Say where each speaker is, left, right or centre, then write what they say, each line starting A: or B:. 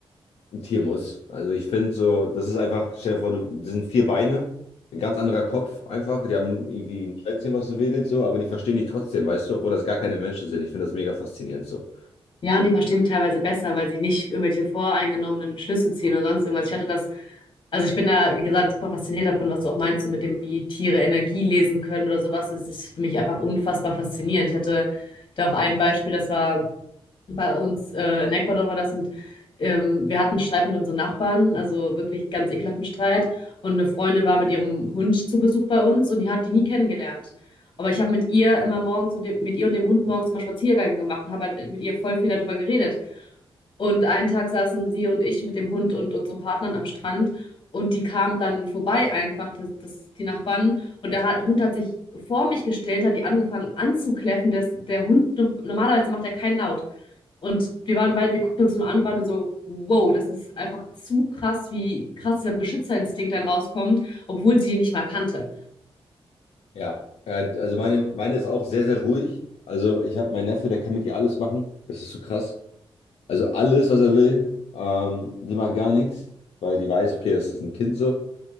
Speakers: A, on the left (about 80°); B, on the left (about 50°).
A: ein Tier muss. Also ich finde so, das ist einfach, stell dir vor, du, das sind vier Beine, ein ganz anderer Kopf einfach. Die haben irgendwie ein Schwänzchen, was so wedelt, so, aber die verstehen dich trotzdem, weißt du, obwohl das gar keine Menschen sind. Ich finde das mega faszinierend so.
B: Ja, und die verstehen die teilweise besser, weil sie nicht irgendwelche voreingenommenen Schlüsse ziehen oder sonst irgendwas. Ich hatte das, also ich bin da, wie gesagt, super fasziniert davon, was du auch meinst, so mit dem, wie Tiere Energie lesen können oder sowas. Das ist für mich einfach unfassbar faszinierend. Ich hatte da auch ein Beispiel, das war bei uns äh, in Ecuador war das und ähm, wir hatten einen Streit mit unseren Nachbarn, also wirklich ganz ekelhaften Streit. Und eine Freundin war mit ihrem Hund zu Besuch bei uns und die hat die nie kennengelernt. Aber ich habe mit ihr immer morgens und dem, mit ihr und dem Hund morgens immer Spaziergänge gemacht und habe halt mit ihr voll viel darüber geredet. Und einen Tag saßen sie und ich mit dem Hund und unseren Partnern am Strand und die kamen dann vorbei einfach, das, das, die Nachbarn. Und der Ha- Hund hat sich vor mich gestellt, hat die angefangen anzukläffen. Der, der Hund, normalerweise macht er keinen Laut. Und wir waren beide, wir guckten uns nur an und waren nur so, wow, das ist einfach zu krass, wie krass dieser Beschützerinstinkt dann rauskommt, obwohl sie die nicht mal kannte.
A: Ja, ja, also meine, meine ist auch sehr, sehr ruhig. Also ich habe meinen Neffe, der kann mit ihr alles machen. Das ist so krass. Also alles, was er will. Ähm, die macht gar nichts, weil die weiß, okay, das ist ein Kind so.